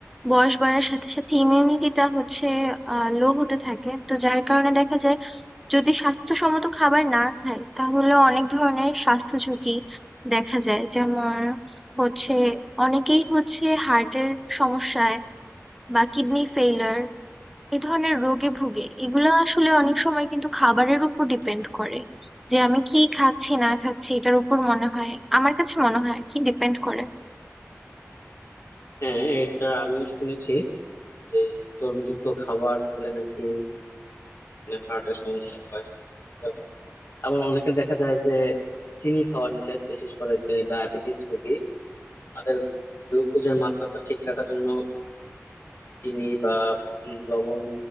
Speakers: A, in the centre; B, on the left.
A: বয়স বাড়ার সাথে সাথে ইমিউনিটিটা হচ্ছে আহ লো হতে থাকে তো যার কারণে দেখা যায় যদি স্বাস্থ্যসম্মত খাবার না খাই তাহলে অনেক ধরনের স্বাস্থ্য ঝুঁকি দেখা যায় যেমন হচ্ছে অনেকেই হচ্ছে হার্টের সমস্যায় বা কিডনি ফেইলার এই ধরনের রোগে ভুগে এগুলো আসলে অনেক সময় কিন্তু খাবারের উপর ডিপেন্ড করে যে আমি কি খাচ্ছি না খাচ্ছি এটার উপর মনে হয় আমার কাছে মনে হয় আর কি ডিপেন্ড করে
B: হ্যাঁ এটা আমিও শুনেছি যে চর্বিযুক্ত খাবার খেলে নাকি হার্টের সমস্যা হয় উম, আবার অনেকে দেখা যায় যে চিনি খাওয়া নিষেধ বিশেষ করে যে ডায়াবেটিস রোগী তাদের গ্লুকোজের মাত্রাটা ঠিক রাখার জন্য চিনি বা উম, লবণ